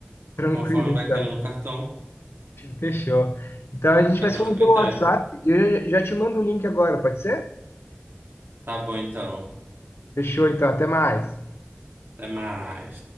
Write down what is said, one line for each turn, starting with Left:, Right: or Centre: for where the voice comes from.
Left: Tranquilo,
Right: conforme
Left: então.
Right: vai caindo no cartão.
Left: Fechou. Então a gente
Right: Fica
Left: vai se
Right: teu
Left: falando
Right: critério.
Left: pelo WhatsApp e eu já já te mando o link agora, pode ser?
Right: Tá bom, então.
Left: Fechou, então, até mais.
Right: Até mais.